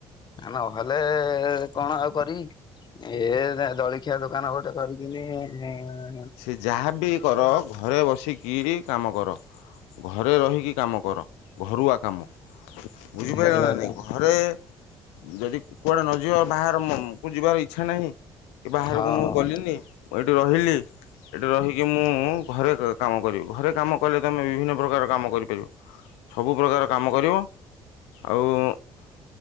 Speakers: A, on the left; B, on the left.
A: ନହେଲେଏ-ଏ-ଏ କଣ ଆଉ କରିବି ଏ ଜଳିଖିଆ ଦୋକାନ ଗୋଟେ କରିବି। <inaudible>
B: ସେ ଯାହାବି କର ଘ ଘରେ ବସିକି କାମ କର, ଘରେ ରହିକି କାମ କର, ଘରୁଆ କାମ। ବୁଝିପାରିଲ
A: ଘରୁଆ
B: ନା ନାଇଁ,
A: କାମ
B: ଘରେ ଯଦି କୁଆଡେ ନଯିବ ବାହାର ମୁଁମୁଁ କୁ ଯିବାର ଇଚ୍ଛା ନାହିଁ କି ବାହାରକୁ
A: ହଁ
B: ମୁଁ ଗଲିନି ମୁଁ ଏଇଠି ରହିଲି ଏଠି ରହିକି ମୁଁ ଘରେ କାମ କରିବି ଘରେ କାମ କଲେ ତମେ ବିଭିନ୍ନ ପ୍ରକାର କାମ କରି କରିବ, ସବୁ ପ୍ରକାର କାମ କରିବ। ଆଉ,